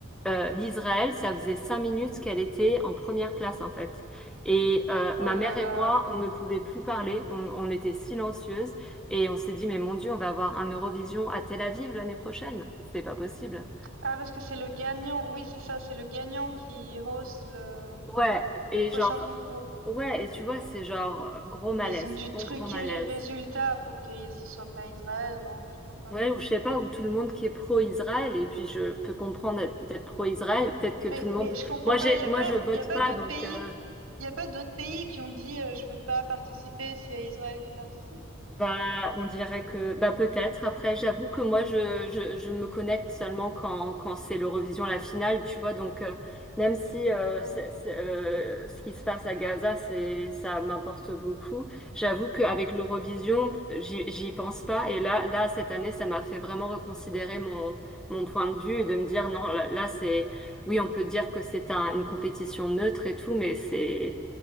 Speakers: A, in the centre; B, on the right.
A: euh, l'Israël, ça faisait cinq minutes qu'elle était en première place, en fait. Et euh,
B: Oh
A: ma
B: là
A: mère
B: là.
A: et moi, on ne pouvait plus parler, on, on était silencieuses et on s'est dit, mais mon Dieu, on va avoir un Eurovision à Tel Aviv l'année prochaine. C'est pas possible.
B: Ah, parce que c'est le gagnant. Oui, c'est ça, c'est le gagnant qui host le
A: Ouais, et
B: prochain
A: genre,
B: concours.
A: ouais, et tu vois, c'est genre gros malaise,
B: Mais ils ont dû
A: gros
B: truquer
A: gros malaise.
B: les résultats pour que ce soit pas Israël, non, tu crois pas?
A: Ouais, ou je sais pas, ou tout le monde qui est pro-Israël, et puis je peux comprendre d'être d'être pro-Israël, peut-être que
B: Mais,
A: tout le monde...
B: mais je comprends
A: Moi,
B: pas,
A: j'ai,
B: il y a
A: moi,
B: pas,
A: je vote
B: il y a pas
A: pas,
B: d'autres
A: donc
B: pays,
A: euh,
B: il y a pas d'autres pays qui ont dit euh, je veux pas participer s'il y a Israël qui participe.
A: Bah, on dirait que bah peut-être. Après, j'avoue que moi, je, je, je me connecte seulement quand, quand c'est l'Eurovision, la finale, tu vois. Donc, euh, même si euh,
B: Ouais.
A: c'est- c'est, euh, ce qui se passe à Gaza, c'est, ça m'importe beaucoup. J'avoue qu'avec l'Eurovision, j'y, j'y pense pas. Et là, là, cette année, ça m'a fait vraiment reconsidérer mon, mon point de vue et de me dire, non, là, là, c'est, oui, on peut dire que c'est un, une compétition neutre et tout, mais c'est,